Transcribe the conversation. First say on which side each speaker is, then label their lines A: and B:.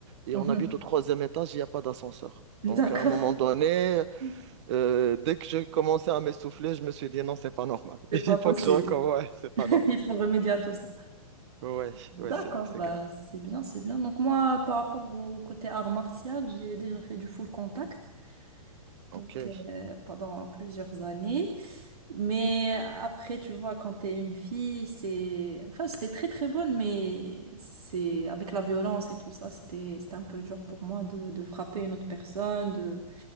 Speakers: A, on the right (about 50°); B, on the right (about 85°).
A: et
B: mhm.
A: on habite au troisième étage, il n'y a pas d'ascenseur.
B: D'accord,
A: Donc, à un moment donné,
B: <laughs>
A: euh, dès que je commençais à m'essouffler, je me suis dit non, c'est pas normal. <laughs>
B: C'est
A: Il
B: pas
A: faut
B: possible.
A: que je recommence. Ouais, c'est pas
B: <laughs>
A: normal.
B: Il faut remédier à tout ça.
A: Ouais,
B: D'accord,
A: ouais, c'est c'est
B: bah
A: grave.
B: c'est bien, c'est bien. Donc moi, par rapport au côté art martial, j'ai déjà fait du full contact,
A: Ok.
B: donc euh, pendant plusieurs années. Mais après, tu vois, quand t'es une fille, c'est, enfin, c'était très très bonne, mais c'est, avec la violence et tout ça, c'était, c'était un peu dur pour moi de, de frapper une autre personne, de,